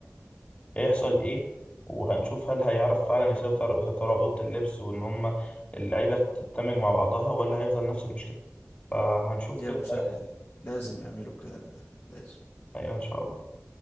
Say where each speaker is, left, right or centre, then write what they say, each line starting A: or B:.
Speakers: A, on the left; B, on the left.
A: هيحصل ايه وهنشوف هل هيعرف فعلا يسيطر يسيطر على اوضه اللبس وان هم اللعيبه تندمج مع بعضها ولا هيفضل نفس المشكله فهنشوف
B: يا
A: كده
B: مسهل
A: هيحصل.
B: لازم يعملوا الكلام ده لازم
A: ايوه ان شاء الله